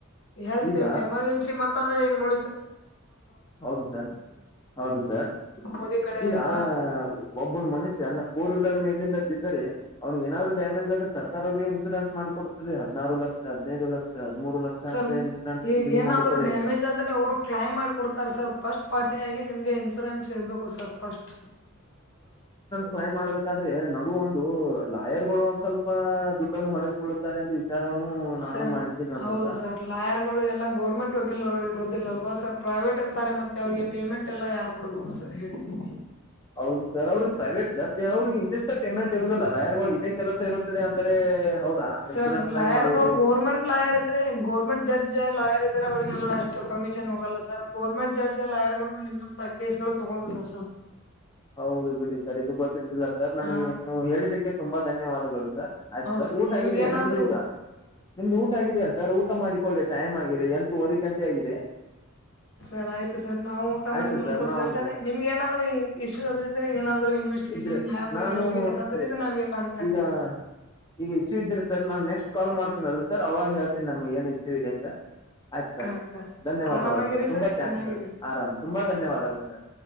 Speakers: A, on the left; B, on the left.
A: ಎಲ್ತ್
B: ಈಗ
A: ಎಮರ್ಜೆನ್ಸಿ ಮಂತ ಅಂದ್ರೆ ಈಗ ನೋ
B: ಹೌದು ಸರ್ ಹೌದು ಸರ್
A: ಮೋದಿ ಕಡೆ
B: ಈಗ
A: ಅಂತ
B: ಒಬ್ಬನ ಮನುಷ್ಯ ಫೋರ್ ವೀಲರ್ ಮೇಲಿಂದ ಬಿದ್ದರೆ ಅವ್ನು ನಾದ್ರು ಡ್ಯಾಮೇಜ್ ಆದ್ರ ಸರ್ಕಾರವೇ ಇನ್ಶೂರೆನ್ ಮಾಡಿ ಕೊಡ್ತರಿ ಹದ್ರು ಲಕ್ಷ ಹದಿನೈದು ಲಕ್ಷ ಹದ್ಮೂರು ಲಕ್ಷ
A: ಸರ್
B: ಅಂತ ಇನ್ಸೂರೆನ್ಸ್
A: ಈಗ
B: ಗ
A: ಏನಾದ್ರು
B: ಮಾಡುತ್ತಾರೆ
A: ಡ್ಯಾಮೇಜ್ ಆದ್ರೆ ಅವರು ಮಾಡಿ ಕೊಡ್ತಾರೆ ಸರ್ ಫಸ್ಟ್ ಪಾರ್ಟಿ ಆಗಿ ನಿಮ್ಗೆ ಇನ್ಸೂರೆನ್ಸ್ ಇರ್ಬೇಕು ಸ್ವಲ್ಪಷ್ಟ
B: ಕಲೈಮ್ ಮಾಡ್ಬೇಕಂದ್ರೆ ನಡು ಒಂದು ಲಾಯರ್ ಗಳು ಒಂದ್ ಸ್ವಲ್ಪ ದುಡ್ಡನ್ನು ಹೊಡೆದುಕೊಳ್ಳುತ್ತಾರೆ ಎಂದು ವಿಚಾರವನ್ನು
A: ಸರ್
B: ನಾನು ಮಾಡಿದ್ದೀನಿ ಒಂದ್
A: ಹೌದು
B: ಸ್ವಲ್ಪ
A: ಸರ್ ಲಾಯರ್ ಗಳು ಎಲ್ಲಾ ಗೋರ್ಮೆಂಟ್ ವಕೀಲ ಇರುದಿಲ್ಲಲ್ವಾ ಸರ್ ಪ್ರೈವೇಟ್ ಇರ್ತಾರೆ ಮತ್ತೆ ಅವ್ರಿಗೆ ಪೇಮೆಂಟ್ ಎಲ್ಲ ಯಾರ್ು ಕೊಡಬೇಕು ಸರ್ ಹೇಳಿದೀಿ
B: ಹೌದು ಸರ್ ಅವ್ರಗ್ ಪ್ರೈವೇಟ್ ಸರ್ ದೇವ್ರಿಗೆ ಇಂಷ್ಟ ಪೇಮೆಂಟ್ ಇರುದಲ್ಲ ಲ ನಾಯರ್ಗಳು ಇದೇ ಕೆಲಸ ಇರುತ್ತದೆ ಅಂದ್ರೆ ಹೌದಾ
A: ಸರ್
B: ಇನ್ಸೂರೆನ್ಸ್ ಕ್ಲೈಮ್
A: ಲಾಯರ್ಗಳು
B: ಮಾಡುವುದು
A: ಗೋರ್ಮೆಂಟ್ ಲಾಯರ್ ಇದ್ರೆ ಗೋರ್ಮೆಂಟ್ ಜಡ್ಜ್ ಲಾಯರ್ ಇದ್ದಾರೆ ಅವ್ರರಿಗೆಲ್ಲ ಅಷ್ಟು ಕಮಿಷನ್ ಹೋಗಲ್ಲ ಸರ್ ಗೌರ್ಮೆಂಟ್ ಜಾರ್ಜ್ ಲಾಯರ್ ಗಳು ನಿಮ್ಮಂತ ಕೇಸ್ ತೊಂಡ ಹದಲ್ಲ ಸರ್
B: ಹೌದು ಬಿಡಿ ಸರ್ ಇದು ಗೊತ್ತರ್ಲಿಲ್ಲ ಸರ್ ನನಗೆ
A: ಹಾ
B: ನೀವು ಹೇಳಿದಕ್ಕೆ ತುಂಬಾ ಧನ್ಯವಾದಗಳು ಸರ್ ಆಯ್ಸ
A: ಹೌದು ಸರ್
B: ಊಟಗಿದಯಾ
A: ನಿಮ್ಗೆ ಏನಾದ್ರು
B: ನಿಮ್ದು ಈಗ ನಿಮ್ದ ಊಟ ಆಗಿದೆಯಾ ಸರ್ ಊಟ ಮಾಡಿಕೊಳ್ಳಿ ಟೈಮ್ ಆಗಿದೆ ಎಂತೂವರೆ ಗಂಟೆ ಆಗಿದೆ
A: ಸರಿ ಆಯ್ತು ಸರ್ ನಾವು ಊಟ ಮಾಡಿ
B: ಆಯಿತು
A: ಮಲ್ಕೋತೇವೆ
B: ಸರ್ ನಾನು
A: ಸರಿ ನಿಮ್ಗೆ ಏನಾದ್ರೂ ಇಷ್ಟ ಏನಾದ್ರು ಇನ್ವೆಸ್ಟಗೇಷನ್
B: ಇದ್ರೆ
A: ಲ್ಬ್
B: ನಾನು
A: ಇನ್ವೆಸ್ಟಿೇಷನ್ ಅ್ರ
B: ಈ-
A: ಇದೆ ನಮಗೆ ಕಾಟಾಕ್ಟ್
B: ಈಗ
A: ಮಾಡಿ ಸರ್
B: ಈಗ ಇಶ್ಯೂ ಇದ್ದ್ರರಿ ಸರ್ ನಾನ್ ನೆಕ್ಸ್ಟ್ ಕಾಲ್ ಮಾಡ್ತೀನಲ್ಲ ಸರ್ ಅವಾಗ ಹೇಳ್ತನಿ ನಮ್ಗೆ ಏನು ಇಶ್ಯೂ ಇದೆ ಸರ್ ಆಯ್ತು ಸರ್
A: ಹಾ
B: ಧನ್ಯವಾದಗಳು
A: ಆರಾಮಾಗಿರಿ
B: ಸರ್ ತುಂಬಾ ಥ್ಯಾಂಕ್ಸ್
A: ಚೆನ್ನಾಗಿರಿ
B: ಸರ್ ಆರಾಮ್ ತುಂಬಾ ಧನ್ಯವಾದಗಳು ಸರ್